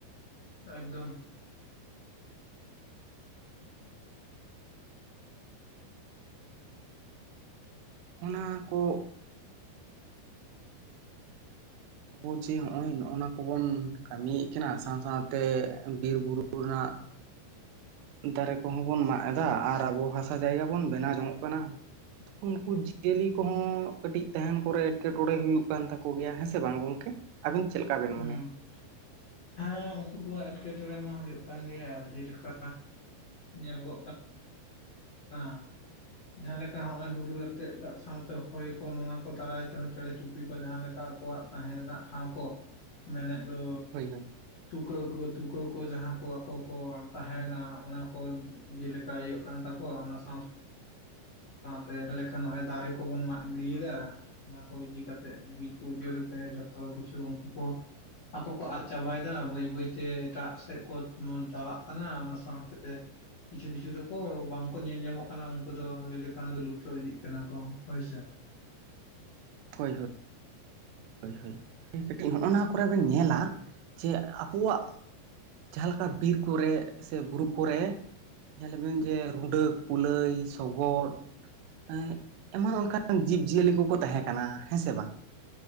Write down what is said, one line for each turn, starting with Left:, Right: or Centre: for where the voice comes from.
Left: ᱮᱠᱫᱚᱢ᱾
Right: ᱚᱱᱟ ᱠᱚ᱾ ᱟᱵᱚ ᱡᱮ ᱦᱚᱜ-ᱚᱭ ᱱᱚᱜ-ᱚᱱᱟ ᱠᱚᱵᱚᱱ ᱠᱟᱢᱤᱭᱮᱜ ᱠᱟᱱᱟ ᱥᱟᱶ ᱥᱟᱶᱛᱮ ᱵᱤᱨ ᱵᱩᱨᱩ᱾ ᱠᱩ ᱨᱮᱱᱟᱜ᱾ ᱫᱟᱨᱮ ᱠᱚᱦᱚᱸ ᱵᱚᱱ ᱢᱟᱜ ᱮᱫᱟ ᱟᱨ ᱟᱵᱚ ᱦᱟᱥᱟ ᱡᱟᱭᱜᱟ ᱵᱚᱱ ᱵᱮᱱᱟᱣ ᱡᱚᱝᱚᱜᱚᱜ ᱠᱟᱱᱟ᱾ ᱩᱱᱠᱩ ᱡᱤᱭᱟᱹᱞᱤ ᱠᱚᱦᱚᱸ ᱠᱟᱹᱴᱤᱡ ᱛᱟᱦᱮᱱ ᱠᱚᱨᱮ ᱮᱸᱴᱠᱮᱴᱚᱸᱬᱮ ᱦᱩᱭᱩᱜ ᱠᱟᱱ ᱛᱟᱠᱚ ᱜᱮᱭᱟ ᱦᱮᱸ ᱥᱮ ᱵᱟᱝ ᱜᱚᱝᱠᱮ᱾ ᱟᱵᱮᱱ ᱪᱮᱜ ᱞᱮᱠᱟᱵᱮᱱ
Left: ᱦᱩᱸ
Right: ᱢᱚᱱᱮᱭᱟ᱾
Left: ᱦᱮᱸ ᱩᱱᱠᱩ ᱠᱚᱣᱟᱜ ᱮᱸᱴᱠᱮᱴᱚᱸᱬᱮ ᱢᱟ ᱦᱩᱭᱩᱜ ᱠᱟᱱ ᱜᱮᱭᱟ ᱡᱮᱞᱮᱠᱟ ᱧᱮᱞᱚᱜᱚᱜ ᱠᱟ ᱱᱟ᱾ ᱡᱟᱸᱦᱟ ᱞᱮᱠᱟ ᱦᱚᱸᱜ-ᱚᱭ ᱦᱩᱰᱩᱨ ᱟᱛᱮᱜ ᱫᱟᱜ ᱥᱟᱶᱛᱮ ᱦᱚᱭ ᱠᱚ ᱱᱚᱣᱟ ᱠᱚ ᱫᱟᱨᱟᱭ ᱛᱮᱦᱚᱸ ᱪᱮᱸᱬᱮ ᱪᱩᱯᱲᱤ ᱠᱚ ᱡᱟᱸᱦᱟ ᱞᱮᱠᱟ ᱟᱠᱚᱣᱟᱜ᱾ ᱛᱟᱸᱦᱮ ᱨᱮᱱᱟᱜ ᱴᱷᱟᱶ ᱠᱚ ᱢᱮᱱᱮᱜ ᱫᱚ᱾
Right: ᱦᱳᱭ
Left: ᱴᱩᱠᱟᱹ ᱠᱚ ᱛᱩᱠᱟᱹ ᱠᱚ ᱡᱟᱸᱦᱟ ᱠᱚ ᱟᱠᱚ ᱠᱚ ᱛᱟᱸᱦᱮᱱᱟ ᱚᱱᱟ ᱠᱚ᱾ ᱡᱮᱞᱮᱠᱟ ᱤᱭᱟᱹᱜ ᱠᱟᱱ ᱛᱟᱠᱚᱣᱟ ᱚᱱᱟ ᱥᱟᱶ᱾ ᱥᱟᱶᱛᱮ ᱮᱞᱮᱠᱷᱟᱱ ᱱᱚᱜᱚᱭ ᱫᱟᱨᱮ ᱠᱚᱵᱚᱱ ᱢᱟᱜ ᱜᱤᱲᱤᱭᱮᱫᱟ᱾ ᱚᱱᱟ ᱠᱚ ᱤᱫᱤ ᱠᱟᱛᱮᱜ ᱵᱤᱨ ᱠᱚ ᱩᱡᱟᱹᱲ ᱮᱫ ᱛᱮ ᱡᱷᱚᱛᱚ ᱠᱤᱪᱷᱩ ᱩᱝᱠᱩ ᱠᱚ᱾ ᱟᱠᱚ ᱠᱚ ᱟᱫ ᱪᱟᱵᱟᱭ ᱫᱟ ᱵᱟᱹᱭ ᱵᱟᱹᱭᱛᱮ ᱮᱴᱟᱜ ᱥᱮᱜ ᱠᱚ ᱪᱟᱞᱟᱜ ᱠᱟᱱᱟ ᱚᱱᱟ ᱥᱟᱶᱛᱮ᱾ ᱠᱤᱪᱷᱩ ᱠᱤᱪᱷᱩ ᱫᱚᱠᱚ ᱵᱟᱝᱠᱚ ᱧᱮᱞ ᱧᱟᱢᱚᱜ ᱠᱟᱱᱟ ᱩᱱᱠᱩ ᱫᱚ ᱞᱟᱹᱭ ᱞᱮ ᱠᱷᱟᱱ ᱫᱚ ᱞᱩᱯᱛᱚ ᱤᱫᱤᱜ ᱠᱟᱱᱟ ᱠᱚ ᱦᱳᱭ ᱥᱮ᱾
Right: ᱦᱳᱭ ᱦᱳᱭ᱾ ᱦᱳᱭ ᱦᱳᱭ ᱠᱟᱹᱴᱤᱡ ᱱᱚᱜ-ᱱᱟ ᱠᱚᱨᱮ ᱵᱮᱱ ᱧᱮᱞᱟ ᱡᱮ ᱟᱵᱚᱣᱟᱜ᱾ ᱡᱟᱸᱦᱟ ᱞᱮᱠᱟ ᱵᱤᱨ ᱠᱚᱨᱮ ᱥᱮ ᱵᱩᱨᱩ ᱠᱚᱨᱮ᱾ ᱧᱮᱞᱟ ᱵᱮᱱ ᱡᱮ ᱨᱩᱰᱟᱹ ᱠᱩᱞᱟᱹᱭ ᱥᱚᱜᱚᱫ᱾ ᱮᱸᱜ ᱮᱢᱚᱱ ᱚᱱᱠᱟᱱ ᱡᱤᱵᱽ ᱡᱤᱭᱟᱹᱞᱤ ᱠᱚᱠᱚ ᱛᱟᱸᱦᱮ ᱠᱟᱱᱟ ᱦᱮᱸ ᱥᱮ ᱵᱟᱝ᱾